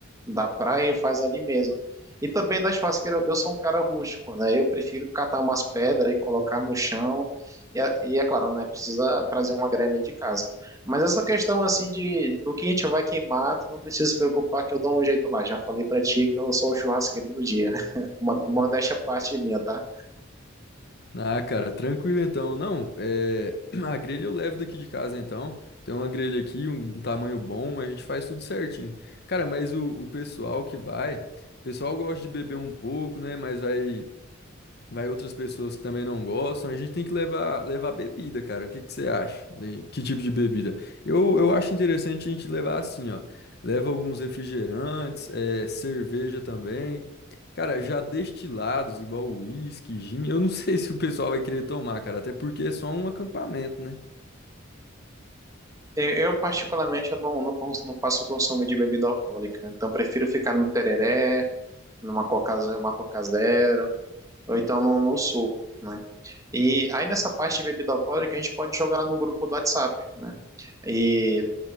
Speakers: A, on the right; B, on the left.
A: da praia e faz ali mesmo. E também na churrasqueira, eu sou um cara rústico, né? Eu prefiro catar umas pedras e colocar no chão. E, é- e é claro, né? Precisa trazer uma grelha de casa. Mas essa questão assim de do que a gente vai queimar, tu não precisa se preocupar que eu dou um jeito lá. Já falei pra ti que eu sou o churrasqueiro do dia. <laughs> Mo- Modéstia à parte minha, tá?
B: Ah, cara, tranquilo então. Não, é... <clears throat> a grelha eu levo daqui de casa então. Tem uma grelha aqui, um tamanho bom, a gente faz tudo certinho. Cara, mas o, o pessoal que vai, o pessoal gosta de beber um pouco, né? Mas vai. Vai outras pessoas que também não gostam. A gente tem que levar, levar bebida, cara. O que que você acha? De- Que tipo de bebida? Eu, eu acho interessante a gente levar assim, ó. Leva alguns refrigerantes, é, cerveja também. Cara, já destilados, igual uísque, gin. Eu não <laughs> sei se o pessoal vai querer tomar, cara. Até porque é só um acampamento, né?
A: Eu, eu, particularmente, eu não, não, cons- não faço consumo de bebida alcoólica. Então, prefiro ficar no tereré, numa coca, ze- uma coca zero, ou então no, no suco, né? E aí, nessa parte de bebida alcoólica, a gente pode jogar lá no grupo do WhatsApp, né? E